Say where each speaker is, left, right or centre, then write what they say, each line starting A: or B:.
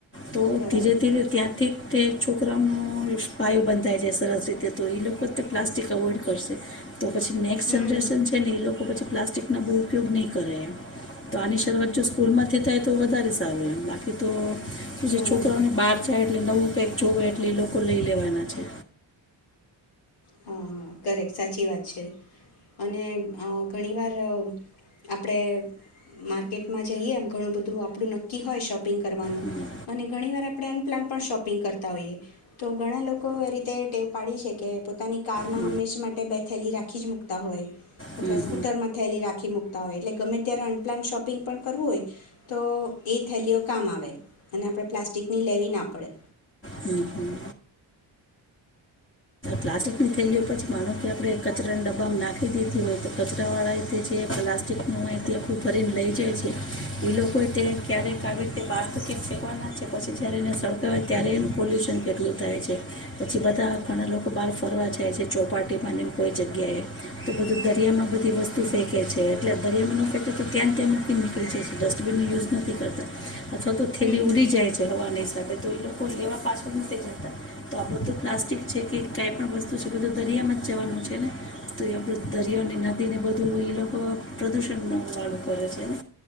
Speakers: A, on the left; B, on the left.
A: તો
B: હ બરાબર
A: ધીરે ધીરે ત્યાંથી તે છોકરા પાયુ બંધાય છેાય સરસ રીતે તો એ લોકો તે પ્લાસ્ટિક અવોઈડ કરશે. તો પછી નેક્સ્ટ
B: હમ
A: જનરેશન છે ને એ લોકો પછી પ્લાસ્ટિકનો બહુ ઉપયોગ નહીં કરે તો આની શરૂઆત જો સ્કૂલમાંથી થાય તો વધારે સારું એમ બાકી તો પછી
B: બરાબર
A: છોકરાઓને બહાર જાય એટલે નવું એકચું આટલી લોકો લઈ લેવાના છે.
B: હા કરેક સાચી વાત છે અને અ ઘણીવાર આપણે માર્કેટમાં જઈએ એમ ઘણું બધું આપણું નક્કી હોય શોપિંગ કરવાનું
A: હમ
B: અને ઘણીવાર આપણે અનપ્લાન પણ શોપિંગ કરતા હોઈએ તો ઘણા લોકો એ રીતે ટેવ પાડી છે કે પોતાની કારમાં
A: હમ
B: હંમેશા માટે બે થેેલી રાખી જ મુૂકતા હોય
A: હમ
B: અથવા
A: હમ
B: સ્કૂટરમાં
A: હમ હમ હમ હમ
B: થેલી રાખ નાખી મૂકતા હોય એટલે ગમે ત્યારે અનપ્લાઇન શોપિંગ પણ કરવું હોય તો એ થેલીઓ કામ આવે અને આપણે પ્લાસ્ટિકની લેવી ના પડે.
A: હમ્મ, હમ્મ. પ્લાસ્ટિકની થેલીઓ પછી માનું કે આપણે કચરાને ડબ્બામાં નાખી દીધી હોય તો કચરાવાળાએ તે જે પ્લાસ્ટિકનું અહીથી આપણું ભરીને લઈ જાય છે એ લોકોએ તે ક્યારેક આવી રીતે બહાર તો ક્યાંક ફેકવાના છે પછી જ્યારે એને સળગા હોય ત્યારે એનું પોલ્યુશન કેટલું થાય છે પછી બધા ઘણા લોક બાર ફરવા જાય છે ચોપાટીમાં એમ કોઈ જગ્યાએ તો બધું દરિયામાં બધી વસ્તુ ફેંકે છે એટલે દરિયામાં ન ફેંકે તો ત્યાં ત્યાં મૂકી નીકળી જાય છે. ડસ્ટબિનનો યુઝ નથી કરતા અથવા તો થેલી
B: હમ હમ
A: ઉડી જાય છે હવાની ત તો એ લોકો લેવા પાછળ નથી જતા તો આપણું તો પ્લાસ્ટિક છે કે કાંઈ પણ વસ્તુ છે બધું દરિયામાં જ જવાનું છે ને તો એ આપું દરિયાને નદીને બધું એ લોકો પ્રદૂષણનું વાળું વાળું કરે છે ને